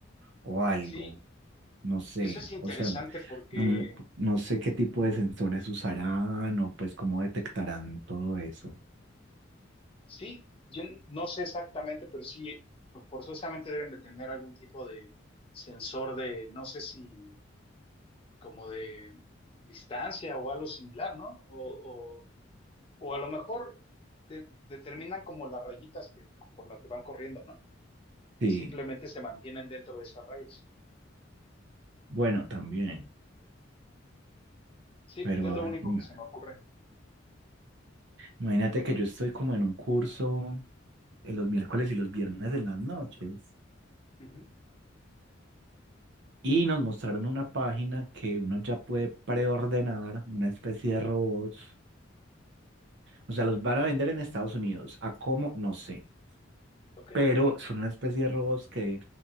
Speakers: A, on the right (about 65°); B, on the left (about 30°).
A: o algo,
B: Sí,
A: no sé,
B: eso es interesante
A: o sea,
B: porque,
A: mm, no sé qué tipo
B: ujú,
A: de sensores usarán o pues cómo detectarán todo eso.
B: sí, yo n- no sé exactamente, pero sí, pues, forzosamente deben de tener algún tipo de sensor de, no sé si como de distancia o algo similar, ¿no? O, o, o a lo mejor de- determinan como las rayitas que, por las que van corriendo, ¿no?
A: Sí,
B: Y simplemente se mantienen dentro de esas rayas.
A: bueno, también,
B: Sí,
A: pero
B: es lo único
A: mm,
B: que se me ocurre.
A: imagínate que yo estoy como en un curso en los miércoles y los viernes en las noches.
B: Ujú,
A: Y nos mostraron una página que uno ya puede preordenar, una especie de robots O sea, los van a vender en Estados Unidos. ¿A cómo? No sé.
B: Ok,
A: Pero son una especie de robots que